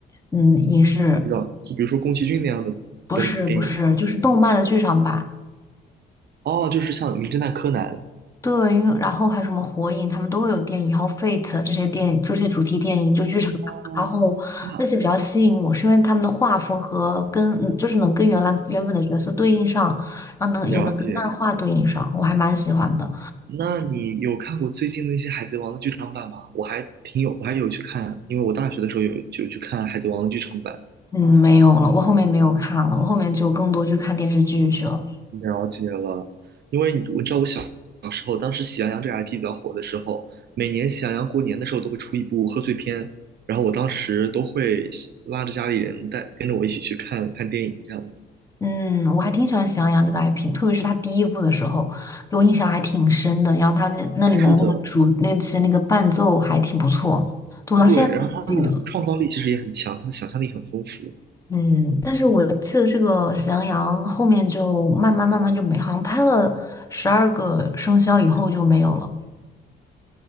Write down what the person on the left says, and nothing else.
嗯，影视。
不是不是，就是动漫的剧场版。
对，因为然后还有什么火影，他们都会有电影，然后 Fate 这些电影，这些主题电影就剧场版。
然后那些比较吸引我，
是因为他们的画风和跟嗯就是能跟原来原本的角色对应上，然后能也能跟漫画对应上，
我还蛮喜欢的。
嗯，没有了，我后面没有看了，我后面就更多去看电视剧去了。
嗯，我还挺喜欢《喜羊羊》这个 IP，特别是它第一部的时候，给我印象还挺深的。然后它那那里面的那个主那些那个伴奏还挺不错，
对我到现在都记得。
嗯，但是我记得这个《喜羊羊》后面就慢慢慢慢就没，好像拍了十二个生肖以后就没有了，